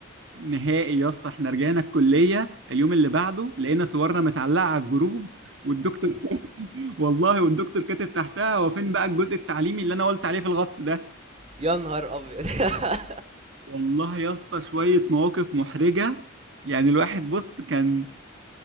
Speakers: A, on the right; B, on the right.
A: نهائي يا اسطى احنا رجعنا الكليه اليوم اللي بعده لقينا صورنا متعلقه على الجروب والدكتور <laughs> والله والدكتور كاتب تحتها هو فين بقى الجزء التعليمي اللي انا قلت عليه في الغطس ده
B: يا نهار ابيض <laughs>
A: والله يا اسطى شوية مواقف محرجة يعني الواحد بص كان